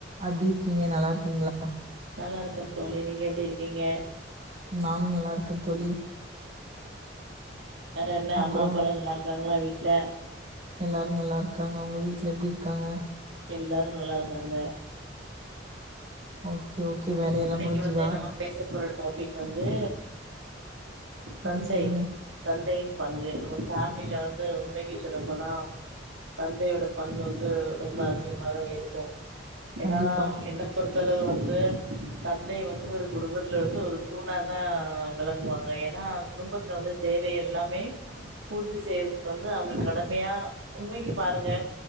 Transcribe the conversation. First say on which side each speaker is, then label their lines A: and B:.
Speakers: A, on the right; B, on the right.
A: அப்டி இருக்கீங்க நல்லா இருக்கீங்களா
B: நல்லா இருக்கே தோழி நீங்க எப்டி இருக்கீங்க
A: நானு நல்லா இருக்கே தோழி
B: வேற என்ன
A: அப்புறம்,
B: அம்மா அப்பா எல்லாரு நல்லா இருக்காங்களா வீட்ல
A: எல்லாரு நல்லா இருக்காங்க உங்க வீட்ல எப்டி இருக்காங்க
B: எல்லாரு நல்லா இருக்காங்க
A: ஓகே ஓகே வேலை எல்லா
B: இன்னைக்கு
A: முடிஞ்சுதா
B: வந்து நம்ம பேச போற டாபிக் வந்து தந்தை
A: ஆ சொல்லுங்க.
B: தந்தையி பங்கு நம்ப ஃபேமிலில வந்து உண்மைக்கு சொல்ல போன தந்தையோட பங்கு வந்து ரொம்ப அதிகமா தா இருக்கும் ஏன்னா
A: கண்டிப்பா,
B: ஏன்ன பொறுத்தளவு வந்து தந்தை வந்து ஒரு குடும்பத்துல இருந்து ஒரு தூண தா வேளங்கு வாங்க ஏன்னா குடும்பத்துல வந்து தேவை எல்லாமே பூர் த்து செய்றதுக்கு வந்து அவுங்க கடமையா உண்மைக்கு பாருங்க